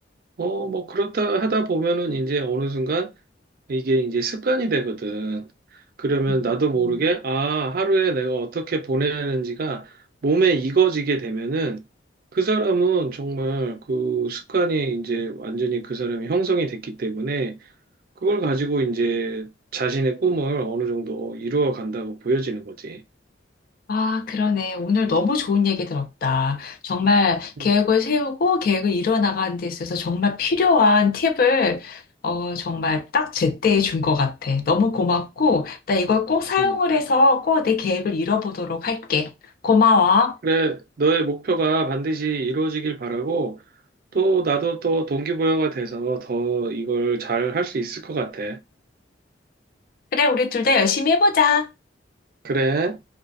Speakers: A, on the right; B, on the left.
A: 어, 뭐, 그렇다 하다 보면은 이제 어느 순간 이게 이제 습관이 되거든. 그러면
B: 음.
A: 나도 모르게, 아, 하루에 내가 어떻게 보내는지가 몸에 익어지게 되면은 그 사람은 정말 그 습관이 이제 완전히 그 사람이 형성이 됐기 때문에 그걸 가지고 이제 자신의 꿈을 어느 정도 이루어 간다고 보여지는 거지.
B: 아, 그러네. 오늘 너무 좋은 얘기 들었다. 정말
A: 음,
B: 계획을 세우고 계획을 이뤄나가는 데 있어서 정말 필요한 팁을 어, 정말 딱 제때 에 준 것 같아. 너무 고맙고, 나 이걸 꼭 사용을
A: 음.
B: 해서 꼭 내 계획을 이뤄보도록 할게. 고마워.
A: 그래, 너의 목표가 반드시 이루어지길 바라고 또 나도 또 동기부여가 돼서 더 이걸 잘 할 수 있을 것 같아.
B: 그래, 우리 둘 다 열심히 해보자.
A: 그래.